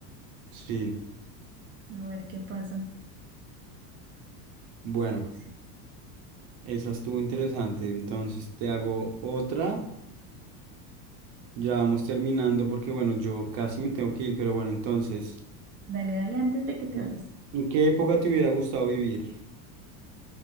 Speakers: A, on the right (about 55°); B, on the right (about 25°).
A: Sí,
B: A ver qué pasa.
A: bueno,
B: Sí.
A: esa estuvo interesante. Entonces te hago otra. Ya vamos terminando porque, bueno, yo casi me tengo que ir, pero bueno, entonces,
B: Dale, dale, antes
A: eh,
B: de que te vayas.
A: ¿en qué época te hubiera gustado vivir?